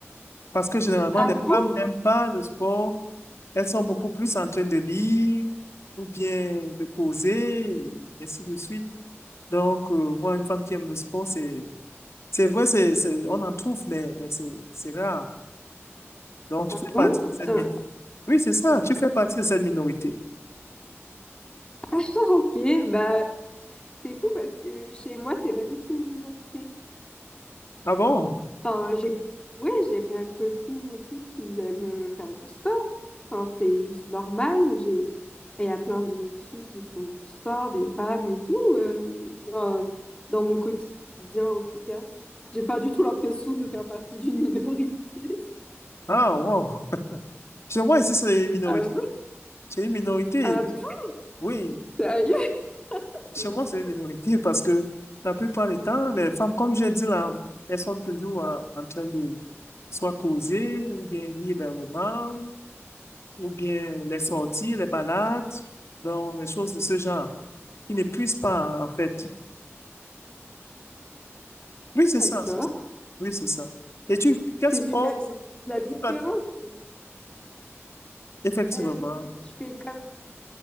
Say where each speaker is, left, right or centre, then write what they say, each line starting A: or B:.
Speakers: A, on the left (about 65°); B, on the left (about 20°).
A: Parce que généralement,
B: ah
A: les
B: bon?
A: femmes n'aiment pas le sport. Elles sont beaucoup plus en train de lire ou bien de poser, et ainsi de suite. Donc, euh, voir une femme qui aime le sport, c'est, c'est vrai, c'est, c'est- on en trouve, mais mais c'est, c'est rare. Donc, tu fais
B: Bon,
A: partie de cette
B: putain.
A: minorité. Oui, c'est ça, tu fais partie de cette minorité.
B: Ah, ok, bah, c'est fou parce que chez moi, c'est pas du tout une minorité.
A: Ah bon?
B: Enfin, j'ai, ouais, j'ai plein de copines et tout qui aiment euh, faire du sport. Enfin, c'est juste normal. J'ai Et il y a plein de filles qui font du sport, des femmes et tout. euh, enfin, dans mon quotidien, en tout cas, j'ai pas du tout l'impression de faire partie d'une minorité. <laughs>
A: Ah, wow. <laughs> Chez moi, ici, c'est une minorité.
B: Ah bon?
A: C'est une minorité.
B: Ah bon?
A: Oui.
B: Sérieux?
A: Chez
B: C'est
A: moi,
B: fou,
A: c'est une minorité parce que la plupart du temps, les femmes, comme j'ai dit là, elles sont toujours en, en train de soit causer, ou bien lire les romans, ou bien les sorties, les balades, donc les choses de ce genre. Ils ne puissent pas, en fait. Oui, c'est
B: d'accord.
A: ça. c'est Oui, c'est ça. Et tu, quel sport?
B: C'est super. Ouais, c'est ça. La différence,
A: Pas-
B: c'est
A: Effectivement,
B: euh, je fais comme,